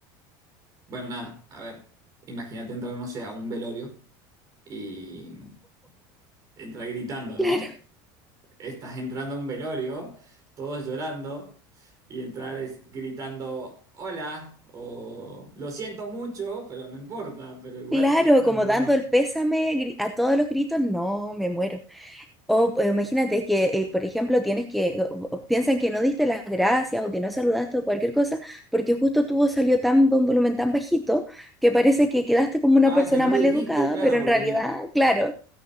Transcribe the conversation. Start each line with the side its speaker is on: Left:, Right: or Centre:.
Right: bueno, nada, a ver, imagínate entrar, no sé, a un velorio y entrar gritando,
Centre: Claro,
Right: ¿no? estás entrando a un velorio, todos llorando, y entrar es- gritando hola, o lo siento mucho, pero no importa, pero igual
Centre: claro,
Right: gritando,
Centre: como dando
Right: no.
Centre: el pésame gri- a todos los gritos, no, me muero. O eh, imagínate que, eh, por ejemplo, tienes que, o- o piensan que no diste las gracias o que no saludaste o cualquier cosa, porque justo tu voz salió tan de un volumen tan bajito que parece que quedaste como una
Right: Ah,
Centre: persona
Right: que no lo
Centre: mal
Right: dijiste,
Centre: educada,
Right: claro,
Centre: pero en
Right: porque
Centre: realidad,
Right: mi,
Centre: claro.